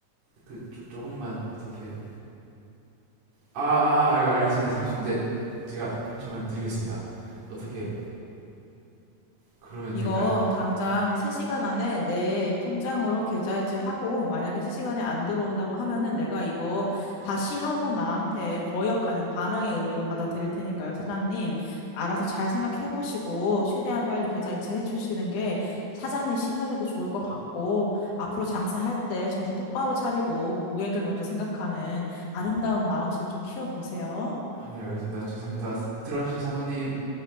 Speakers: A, on the right; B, on the left.
A: 그 조, 조금만 어떻게 아, 아, 아 알, 알겠습니다. 30. 네. 제가 30만 원 드리겠습니다. 어떻게 그러면
B: 이거
A: 될까요?
B: 당장 3시간 안에 내 통장으로 계좌이체 하고 만약에 3시간에 안 들어온다고 하면은 내가 이거 다시 한번 나한테 거역하는 반항의 의미로 받아들일 테니까요, 사장님. 알아서 잘 생각해 보시고 최대한 빨리 계좌이체 해 주시는 게 사장님 신변에도 좋을 것 같고 앞으로 장사할 때 정신 똑바로 차리고 고객을 먼저 생각하는 아름다운 마음씨를 좀 키워 보세요.
A: 아, 네, 알겠습니다. 죄송합니다. 들어가십시오, 사모님.